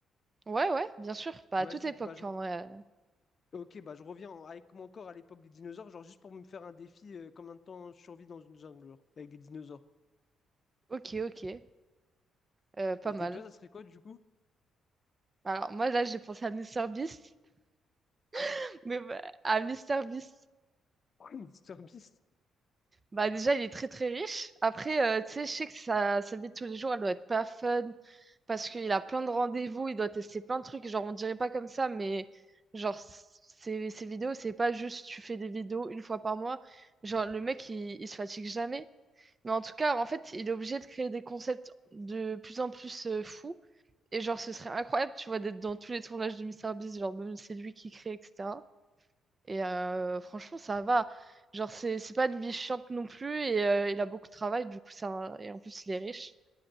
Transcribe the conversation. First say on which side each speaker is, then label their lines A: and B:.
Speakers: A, on the right; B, on the left.
A: Ouais, ouais, bien sûr. Pas
B: Vas-y,
A: à toute époque,
B: bah je,
A: en
B: re-
A: vrai.
B: Ok, bah je reviens en- avec mon corps à l'époque des dinosaures, genre juste pour me faire un défi, euh, combien de temps je survis dans une jungle, genre, avec des dinosaures.
A: Ok, ok. Euh, pas
B: Et,
A: mal.
B: et toi, ça serait quoi du coup?
A: Alors, moi, là, j'ai pensé à Mister Beast.
B: Ah,
A: <laughs> Mais bah, à Mister Beast.
B: <laughs> Mr Beast.
A: Bah, déjà, il est très, très riche. Après, euh, tu sais, je sais que sa, sa vie de tous les jours, elle doit être pas fun. Parce qu'il a plein de rendez-vous, il doit tester plein de trucs. Genre, on dirait pas comme ça, mais genre, ses, ses vidéos, c'est pas juste tu fais des vidéos une fois par mois. Genre, le mec, il, il se fatigue jamais. Mais en tout cas, en fait, il est obligé de créer des concepts de plus en plus euh, fous. Et genre, ce serait incroyable, tu vois, d'être dans tous les tournages de Mister Beast. Genre, même si c'est lui qui crée, etc. Et euh, franchement, ça va. Genre, c'est c'est pas une vie chiante non plus. Et euh, il a beaucoup de travail, du coup, ça, et en plus, il est riche.